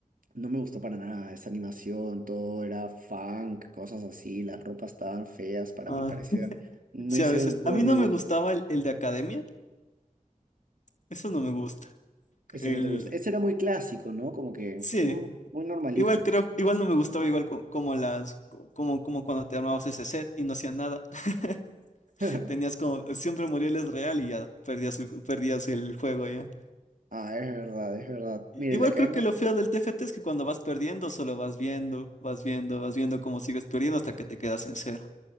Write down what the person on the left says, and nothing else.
ah,
Sí,
a veces.
A mí
no
me gustaba el, el de academia. Eso no me gusta.
El...
Sí.
Igual creo, igual no me gustaba igual co- como las, co- como, como cuando te armabas ese set y no hacían nada. <laughs>
Tenías como, siempre Muriel es real y ya perdías el, ju- perdías el juego ya.
I-
Igual
creo que lo feo del TFT es que cuando vas perdiendo, solo vas viendo, vas viendo, vas viendo cómo sigues perdiendo hasta que te quedas en cero.